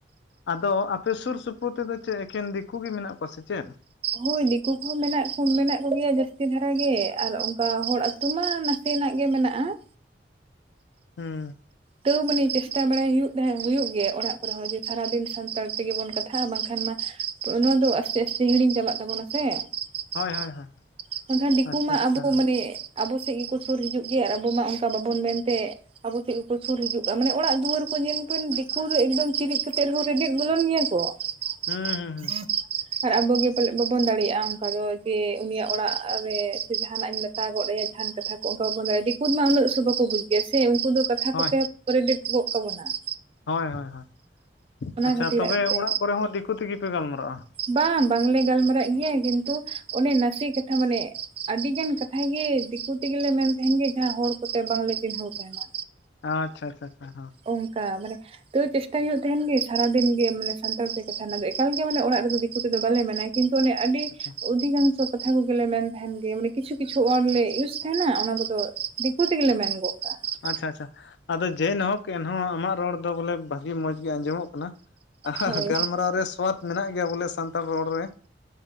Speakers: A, on the left (about 75°); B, on the right (about 30°).
A: ᱟᱫᱚ ᱟᱯᱮ ᱥᱩᱨ ᱥᱩᱯᱩᱨ ᱛᱮᱫᱚ ᱪᱮᱫ ᱮᱠᱮᱱ ᱫᱤᱠᱩ ᱜᱮ ᱢᱮᱱᱟᱜ ᱠᱚᱣᱟ ᱥᱮ ᱪᱮᱫ ᱾
B: ᱦᱳᱭ ᱫᱤᱠᱩ ᱠᱚᱦᱚᱸ ᱢᱮᱱᱟᱜ ᱠᱚ ᱢᱮᱱᱟᱜ ᱠᱚᱜᱮᱭᱟ᱾ ᱡᱟᱹᱥᱛᱤ ᱫᱷᱟᱨᱟ ᱜᱮ ᱟᱨ ᱚᱱᱠᱟ ᱦᱚᱲ ᱾ ᱛᱚ ᱢᱟᱜ ᱱᱟᱥᱮᱱᱟᱜ ᱜᱮ ᱢᱮᱱᱟᱜᱼᱟ ᱾
A: ᱦᱩᱸ ᱾
B: ᱛᱟᱹᱣ ᱢᱟᱱᱮ ᱪᱮᱥᱴᱟ ᱵᱟᱲᱟᱭ ᱦᱩᱭᱩᱜ ᱛᱟᱦᱮᱸ ᱦᱩᱭᱩᱜ ᱜᱮᱭᱟ᱾ ᱚᱲᱟᱜ ᱠᱚᱨᱮ ᱦᱚᱸ ᱡᱮ ᱥᱟᱨᱟᱫᱤᱱ ᱥᱟᱱᱛᱟᱲ ᱛᱮᱜᱮ ᱵᱚᱱ ᱠᱟᱛᱷᱟᱜᱼᱟ, ᱵᱟᱝᱠᱷᱟᱱ ᱢᱟ ᱾ ᱛᱚ ᱱᱚᱣᱟ ᱫᱚ ᱟᱥᱛᱮ ᱟᱥᱛᱮ ᱦᱤᱲᱤᱧ ᱪᱟᱞᱟᱜ ᱛᱟᱵᱚᱱᱟ ᱥᱮ
A: ᱦᱳᱭ
B: ᱾
A: ᱦᱳᱭ ᱦᱳᱭ
B: ᱵᱟᱝᱠᱷᱟᱱ ᱫᱤᱠᱩ
A: ᱟᱪᱪᱷᱟ
B: ᱢᱟ
A: ᱟᱪᱪᱷᱟ
B: ᱟᱵᱚ ᱢᱟᱱᱮ ᱾ ᱟᱵᱚ ᱥᱮᱫ ᱜᱮᱠᱚ ᱥᱩᱨ ᱦᱤᱡᱩᱜ ᱜᱮᱭᱟ ᱟᱨ ᱟᱵᱚ ᱢᱟ ᱚᱱᱠᱟ ᱵᱟᱵᱚᱱ ᱢᱮᱱᱛᱮ ᱾ ᱟᱵᱚ ᱪᱮᱫ ᱠᱚᱠᱚ ᱥᱩᱨ ᱦᱤᱡᱩᱜᱼᱟ ᱢᱟᱱᱮ ᱚᱲᱟᱜ ᱫᱩᱣᱟᱹᱨ ᱠᱚ ᱧᱮᱞ ᱠᱚ ᱫᱤᱠᱩ ᱫᱚ ᱮᱠᱫᱚᱢ ᱪᱤᱨᱤᱡ ᱠᱟᱛᱮᱫ ᱦᱚᱸ ᱨᱮᱵᱮᱫ ᱵᱚᱞᱚᱱ ᱜᱮᱭᱟ ᱠᱚ
A: ᱦᱩᱸ ᱦᱩᱸ
B: ᱾
A: ᱦᱩᱸ
B: ᱟᱨ ᱟᱵᱚᱜᱤ ᱯᱟᱞᱮᱫ ᱵᱟᱵᱚᱱ ᱫᱟᱲᱮᱭᱟᱜᱼᱟ ᱚᱱᱠᱟ ᱫᱚ ᱡᱮ ᱩᱱᱤᱭᱟᱜ ᱚᱲᱟᱜ ᱨᱮ ᱥᱮ ᱡᱟᱦᱟᱱᱟᱜ ᱤᱧ ᱢᱮᱛ ᱜᱚᱫ ᱟᱭᱟ ᱡᱟᱦᱟᱱ ᱠᱟᱛᱷᱟ ᱚᱱᱠᱟ ᱵᱟ ᱵᱚᱱ ᱫᱟᱲᱮᱭᱟᱜ ᱫᱤᱠᱩ ᱢᱟ ᱩᱱᱟᱹᱜ ᱥᱩᱫᱩ ᱠᱚ ᱵᱩᱡ ᱜᱮᱭᱟ ᱥᱮ ᱩᱱᱠᱩ ᱫᱚ ᱠᱟᱛᱷᱟ
A: ᱦᱳᱭ
B: ᱠᱚᱛᱮ ᱠᱚᱨᱮᱰᱮᱮᱫ ᱜᱚᱫ ᱠᱟᱵᱚᱱᱟ ᱾
A: ᱦᱳᱭ ᱦᱳᱭ ᱦᱳᱭ ᱟᱪᱪᱷᱟ
B: ᱠᱷᱟᱹᱛᱤᱨᱟᱜ
A: ᱛᱚᱵᱮ
B: ᱛᱮ
A: ᱚᱲᱟᱜ ᱠᱚᱨᱮ ᱦᱚᱸ ᱫᱤᱠᱩ ᱛᱮᱜᱮ ᱯᱮ ᱜᱟᱞᱢᱟᱨᱟᱜᱼᱟ ᱾
B: ᱵᱟᱝ ᱵᱟ ᱞᱮ ᱜᱟᱞᱢᱟᱨᱟᱜ ᱜᱮᱭᱟ ᱠᱤᱱᱛᱩ ᱚᱱᱮ ᱱᱟᱥᱮ ᱠᱟᱛᱷᱟ ᱢᱟᱱᱮ ᱟᱹᱰᱤ ᱜᱟᱱ ᱠᱟᱛᱷᱮ ᱫᱤᱠᱩ ᱛᱮ ᱜᱮᱞᱮ ᱢᱮᱱ ᱛᱟᱦᱮᱱ ᱜᱮ ᱡᱟᱦᱟᱸ ᱦᱚᱲ ᱠᱚᱛᱮ ᱵᱟᱝᱞᱮ ᱪᱤᱱᱦᱟᱹᱣ ᱛᱟᱦᱮᱱᱟ
A: ᱚ ᱟᱪᱷᱟ ᱟᱪᱷᱟ ᱦᱚᱸ
B: ᱚᱱᱠᱟ ᱢᱟᱱᱮ ᱛᱚ ᱪᱮᱥᱴᱟᱭ ᱦᱩᱭᱩᱜ ᱛ ᱛᱟᱦᱮᱱᱜ ᱜᱮ ᱥᱟᱨᱟ ᱫᱤᱱ ᱜᱮ ᱢᱟᱱᱮ ᱥᱟᱱᱛᱟᱲ ᱠᱟᱛᱷᱟ ᱮᱠᱟᱞ ᱜᱮ ᱢᱟᱱᱮ ᱚᱲᱟᱜ ᱨᱮᱫᱚ ᱫᱤᱠᱩ ᱛᱮᱫᱚ ᱵᱟᱞᱮ ᱢᱮ ᱠᱤᱱᱛᱩ ᱚᱱᱮ ᱟᱹᱰᱤ
A: ᱟᱪᱪᱷᱟ
B: ᱩᱫ ᱟᱹᱰᱤ ᱚᱝᱥᱚ ᱠᱟᱛᱷᱟ ᱠᱚᱜᱮᱞᱮ ᱢᱮᱱ ᱛᱟᱦᱮᱱ ᱜᱮ ᱢᱟᱱᱮ ᱠᱤᱪᱷᱩ ᱠᱤᱪᱷᱩ ᱳᱭᱟᱰ ᱞᱮ ᱤᱭᱩᱥ ᱛᱟᱦᱮᱱ ᱟ ᱚᱱᱟ ᱠᱚᱫᱚ ᱾ ᱫᱤᱠᱩ ᱛᱮᱜᱮ ᱞᱮ ᱢᱮᱱ ᱜᱚᱜ ᱠᱟᱜᱼᱟ ᱾
A: ᱟᱪᱪᱷᱟ ᱟᱪᱪᱷᱟ ᱟᱫᱚ ᱡᱮᱱᱠ ᱮᱱᱦᱚᱸ ᱟᱢᱟᱜ ᱨᱚᱲ ᱫᱚ ᱵᱚᱞᱮ ᱵᱷᱟᱜᱤ ᱢᱚᱸᱡᱽ ᱜᱮ ᱟᱸᱡᱚᱢᱚᱜ ᱠᱟᱱᱟ ᱾ ᱟᱸᱦᱟᱦᱟ
B: ᱦᱳᱭ
A: ᱜᱟᱞᱢᱟᱨᱟᱣ ᱨᱮ ᱥᱚᱣᱟᱫ ᱢᱮᱱᱟᱜ ᱜᱮᱭᱟ ᱵᱚᱞᱮ ᱥᱟᱱᱛᱟᱲ ᱨᱚᱲ ᱨᱮ ᱾